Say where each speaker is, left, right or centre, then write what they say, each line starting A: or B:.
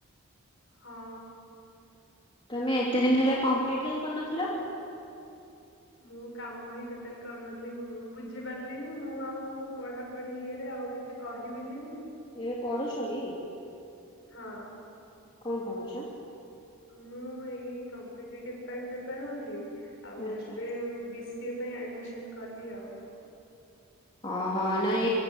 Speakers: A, on the left; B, on the left.
A: ହଁ।
B: ତମେ ଏତେ ଦିନ ହେଲା କମ୍ପ୍ଲିଟ୍ କାହିଁ କରିନଥିଲ?
A: ମୁଁ କାମ ହିଁ ଟୋଟାଲି କରିନଥିଲି ମୁଁ ବୁଝିପାରିଲିନି ମୁଁ ଆଉ ପଢା ପଢି ଇଏରେ ଆଉ କିଛି କହିବିଲିିନି
B: ଏବେ ପଢୁଛକି
A: ହଁ
B: କଁ ପଢୁଛ?
A: ମୁଁ ଏଇ କମ୍ପିଟେଟିଭ ପାଇଁ ପ୍ରିପେୟାର ହଉଥିଲି ଆଉ
B: ଆଚ୍ଛା
A: ଏବେ
B: ଆଚ୍ଛା
A: ମୁଁ ବି ସି ପାଇଁ ଆଡ଼ମିସନ୍ କଲି ଆଉ।
B: ଓହୋ ନାଇଁ